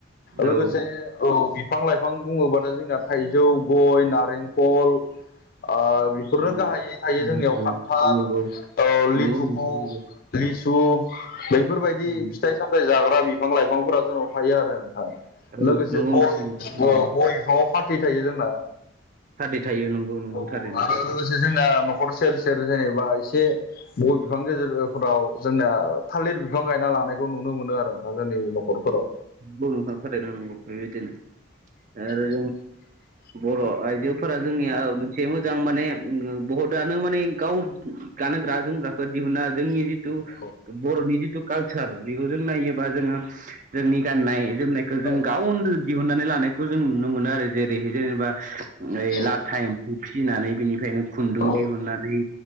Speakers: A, on the right; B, on the left.
A: औ।
B: लोगोसे औ बिफां लाइफां बुङोबा थाय जोंना थाइजौ गय नारेंखल। ओ बेफोरनो
A: नंगौ
B: गाहायै थायो जोंनियाव खान्थाल
A: नंगौ औ
B: ओ
A: नंगौ
B: लिथुखु
A: नोंथां नंगौ
B: लिस बैफोरबायदि
A: उम
B: फिथाइ सामथायाइ जाग्रा बिफां लाइफांफोरा जोंनाव थायो आरो। ओ
A: औ
B: लोगोसे
A: नंगौ
B: गय
A: नोंथां नंगौ थारैनो
B: ओ गयफ्राव फाथै थायो जोंना।
A: थारै थायो नंगौ नंगौ
B: औ
A: थारैनो
B: आरो लोगोसे जोंना न'खर सेर सेर जेनेबा इसे गय बिफां गेजेरफोराव जोंना थालिर बिफां गायना लानायखौ नुनो मोनो आरो। नोंथां जोंनि न'खरफोराव
A: औ नोंथां थालिर बिफांखौ गायो गेजेर गेजेर आरो
B: <inaudible>
A: <unintelligible> बर' आइजोफोरा जोंनिया मोनसे मोजां माने बहुतानो माने गाव गानग्रा जोमग्राखौ दिहुनना जोंनि जि थु
B: औ
A: बर'नि जिथु कालसार बेखौ जों नायोबा जोङो जोंनि गाननाय जोमनायखौ जों
B: औ
A: गावनो दिहुननानै लानायखौ जों नुनो मोनो आरो जेरै जेनेबा इ
B: नोंथां
A: लाथा एम्फौ फिसिनानै बिनिफ्रायनो खुन्दुं
B: औ
A: दिहुननानै